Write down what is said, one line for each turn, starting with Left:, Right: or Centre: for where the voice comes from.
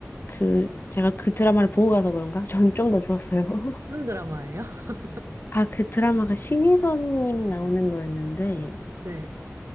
Left: 그, 제가 그 드라마를 보고 가서 그런가? <laughs> 전 좀 더 좋았어요. <laughs>
Right: 무슨 드라마예요? <laughs>
Left: 아, 그 드라마가 신희선님 나오는 거였는데,
Right: 네.